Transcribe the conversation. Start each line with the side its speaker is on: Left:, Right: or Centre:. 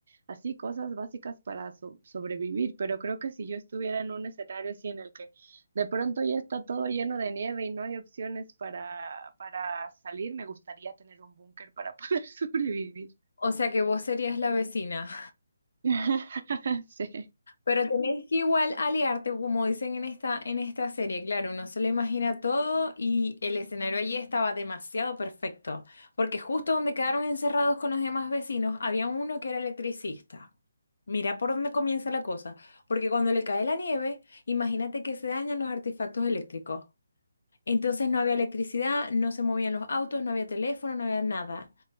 Right: así cosas básicas para so- sobrevivir, pero creo que si yo estuviera en un escenario así en el que de pronto ya está todo lleno de nieve y no hay opciones para, para salir, me gustaría tener un búnker para poder <laughs> sobrevivir.
Left: O sea que vos serías la vecina.
Right: <laughs> Sí,
Left: Pero tenés que igual aliarte, como dicen en esta, en esta serie, claro, uno se lo imagina todo y el escenario allí estaba demasiado perfecto, porque justo donde quedaron encerrados con los demás vecinos, había uno que era electricista. Mira por dónde comienza la cosa, porque cuando le cae la nieve, imagínate que se dañan los artefactos eléctricos. Entonces no había electricidad, no se movían los autos, no había teléfono, no había nada.